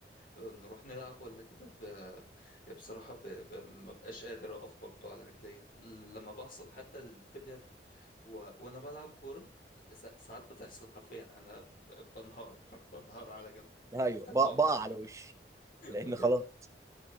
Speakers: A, on the left; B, on the right.
A: نروح نلعب ولا كده ب... بصراحة ب... ب... ما بقاش قادر أقف برضو على رجليا لما بحصل حتى الفيلير و... وأنا بلعب كورة س... ساعات بتحصل حرفيا أنا ب... بنهار <laughs> بنهار على جنب
B: <laughs> ايوه
A: <laughs> هتوقع
B: بق- بقع على وشي لان
A: بجد
B: خلاص